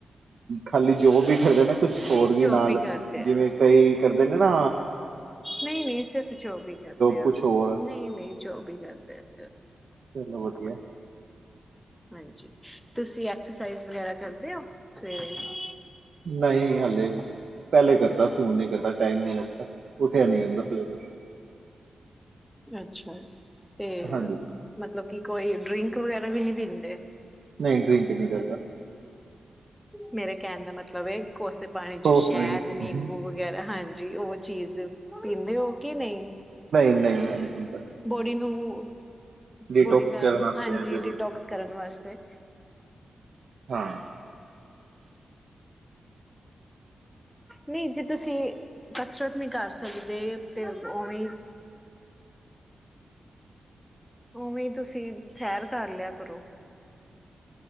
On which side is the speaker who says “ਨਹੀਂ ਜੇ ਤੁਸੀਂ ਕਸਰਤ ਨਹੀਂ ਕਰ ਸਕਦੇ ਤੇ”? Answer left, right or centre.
Centre